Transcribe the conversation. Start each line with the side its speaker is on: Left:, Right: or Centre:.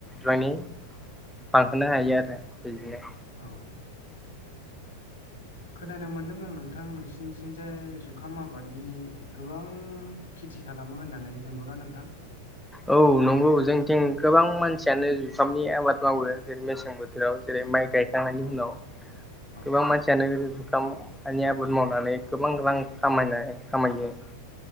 Centre: जायनि बांहोनो हायो आरो बिदिनो
Left: औ खोनानो मोन्दों आं नोंथां नोंसिनिथिंजाय जुखाम आबादनि गोबां खेथि खालामो होननानै नंगौना नोंथां
Centre: औ नंगौ जोंथिं गोबां मानसियानो जुखामनि आबाद मावो जेरै मेसें बोथोराव जेरै माइ गाय नायनि
Left: अ
Centre: उनाव
Left: औ
Centre: गोबां मानसियानो बे जुखामानि आबाद मावनानै गोबां रां खामायनाय खामायो